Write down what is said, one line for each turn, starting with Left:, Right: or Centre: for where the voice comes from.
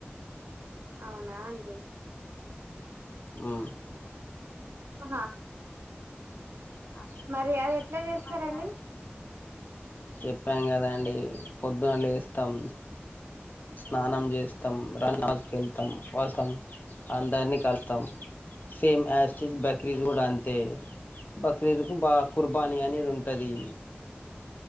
Right: అవునా అండి
Left: ఉ
Right: హా
Left: హా మరైతే
Right: మరి అది ఎట్లా చేస్తారండి
Left: మరైతే చెప్పాం కదండి పొద్దున లేస్తాం స్నానం చేస్తాం నమాజ్కి వెళ్తాం వస్తాం అందరినీ కలుస్తాం సేమ్ యాసిటిజ్ బక్రీద్ కూడా అంతే బక్రీద్కు బాగా కుర్ పని అనేది ఉంటది